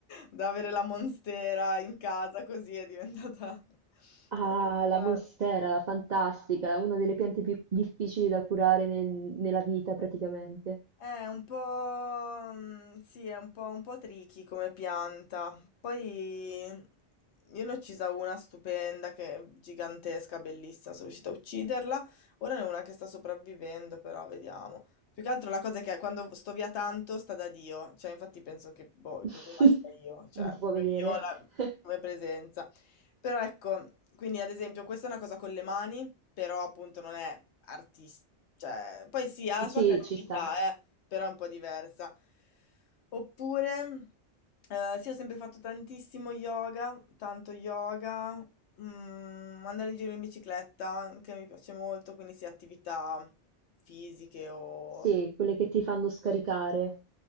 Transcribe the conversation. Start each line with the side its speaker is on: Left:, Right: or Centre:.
Left: da avere la monstera in casa così è diventata... <laughs>
Right: Ah,
Left: è diventata
Right: la monstera, la fantastica, una delle piante più difficili da curare nel- nella vita praticamente.
Left: È un po', mhmm, sì, è un po' un po' tricky come pianta. Poi mm, io ne ho uccisa una stupenda che è gigantesca, bellissima, sono riuscita a ucciderla. Ora ne ho una che sta sopravvivendo, però vediamo. Più che altro la cosa è che quando sto via tanto sta da Dio, cioè infatti penso che boh, il
Right: <laughs>
Left: problema sia io, cioè
Right: Non ti
Left: proprio
Right: può vedere.
Left: io la-
Right: <laughs>
Left: come presenza. Però ecco, quindi ad esempio questa è una cosa con le mani, però appunto non è artistica. Cioè, poi sì, ha la
Right: Sì,
Left: sua creatività,
Right: ci sta.
Left: eh, però è un po' diversa. Oppure, eh, sì, ho sempre fatto tantissimo yoga, tanto yoga, mm, andare in giro in bicicletta, che mi piace molto, quindi sì, attività fisiche o
Right: Sì, quelle che ti fanno scaricare.